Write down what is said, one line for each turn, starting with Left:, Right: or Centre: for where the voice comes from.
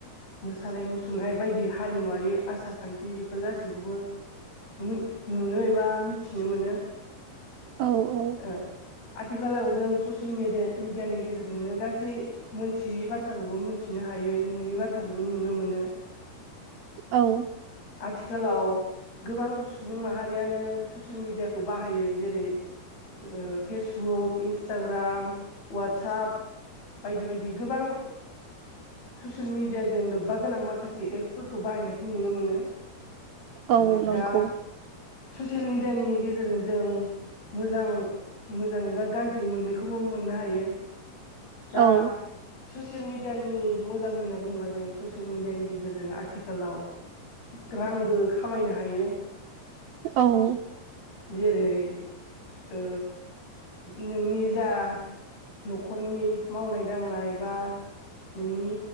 Left: मोसानाय मुसुरनाय बायदि हारिमुवारि आसार खान्थि बेफोर गासैखौबो मोन नुनो एबा मिथिनो मोनो
Right: औ औ
Left: ओ आथिखालाव जों ससियेल मि मिडियानि गेजेरजोंनो गासै मोनथियै बाथ्राखौबो मोन थिनो हायो नुयि बाथ्राखौबो नुनो मोनो
Right: औ
Left: आथिखालाव गोबां सुबुं माहारियानो ससियेल मिडियाखौ बाहायो जेरै ओ फेसबुक इन्सटाग्राम वाटसाप बायदि बायदि गोबां ससियेल मिडियाजों लोबबा गोनां माखासे एप्सफोरखौ बाहायनायखौ नुनो मोनो
Right: औ
Left: ओ
Right: नंगौ
Left: दा ससियेल मिडियानि गेजेरजों जों मोजां मोजां एबा गाज्रि मोननैखौबो मोननो हायो दा
Right: औ
Left: ससियेल मिडियानि मोजां होनना बुङोबा जों ससियेल मिडियानि गेजेरजों आथिखालाव रांबो खामायनो हायो
Right: औ
Left: जेरै ओ नोंनि ओ जा नख'रनि मावनाय दांनाय बा नोंनि